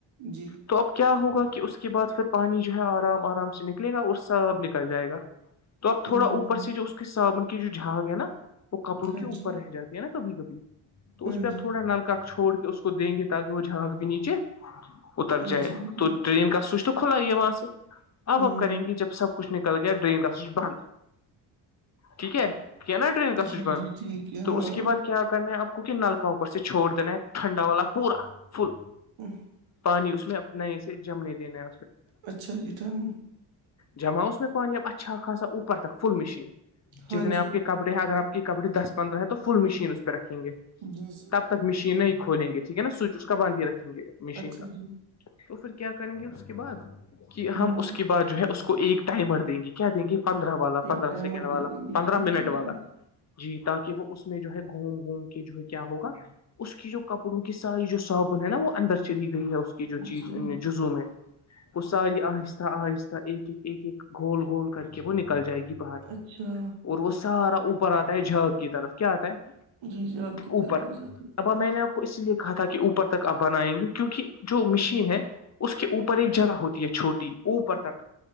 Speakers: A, on the right; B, on the left.
A: جی
B: تو اب کیا ہوگا کہ اس کے بعد پھر پانی جو ہے آرام آرام سے نکلے گا اور سب نکل جائے گا
A: <inaudible>
B: تو اب تھوڑا اوپر
A: ہ ہ
B: سے جو اس کے صابن کی جو جھاگ ہے نا وہ کپڑوں
A: ہاں
B: کے اوپر
A: جی
B: رہ جاتی ہے نا کبھی کبھی تو
A: ہاں
B: اس پہ آپ
A: جی
B: تھوڑا نلکا چھوڑ کے اس کو دیں گے تاکہ وہ جھانگ بھی نیچے اتر
A: اچھا
B: جائے
A: جی
B: تو ٹرین کا سوئچ تو کھلا ہی ہے وہاں سے اب
A: ہوں
B: اب کریں گے جب سب کچھ نکل گیا ڈرین ر سوھ بند ٹھیک ہے کیا نا ٹرین کا
A: جی
B: سوچ بند
A: جی ٹھیک ہے
B: تو
A: ہاں
B: اس کے بعد کیا کرنا آپ کو نلک اوپر سے چھوڑ دینا ہے ٹھنڈا والا پورا فل
A: <inaudible>
B: پانی اس میں نئے سے جمنے دینا ہے
A: اچھا یہٹن
B: جما اس میں پانی اب اچھا خاصا اوپر تک فل مشین
A: ہاں
B: جتنے
A: جی
B: آپ کے کب کڑے اگر آپ کے کپڑے دس پندرہ ہے تو فل مشین اس پہ رکھیں گے
A: جی جی
B: تب تک مشین ہی کھولیں گے ٹھیک ہے نا سوچ اس کا بند ہی رکھیں گے مشین
A: اچھا
B: کا
A: جی
B: تو پھر کیا کریں گے اس کے بعد کہ
A: ہوں
B: ہم اس کے بعد جو ہے اس کو کو ایک ٹائم مر دیں گے کیا دیں گے پندرہ والا
A: ایک
B: پندرہ
A: ٹائمر
B: سیکنڈ
A: دے
B: والا
A: دیں گے
B: پندرہ
A: ٹھیک
B: منٹ
A: ہے
B: والا
A: جی
B: جی تاکہ وہ اس میں جو ہے گھوم گھوم کے جو کیا ہوگا اس کی جو کپڑوں کی ساری جو صابن ہے نا وہ اندر چلی گئی ہے اس کی جو چیز
A: جی
B: جو ز میں وہ ساری آہستہ آہستہ ایک ایک ایک گھول گھول کر کے وہ نکل جائے گی باہر
A: اچھا
B: اور وہ سارا اوپر آتا ہے جک کی طرف کیا آتا ہے
A: جی جی آپ کی طرف
B: اوپر
A: آ جاتا ہوں
B: ابا میں نے آپ کو اس لیے کہ تھا کہ اوپر تک آپ بنائیں گے کیونکہ جو مشین ہے اس کے اوپر ایک جگہ ہوتی ہے چھوٹی اوپر تک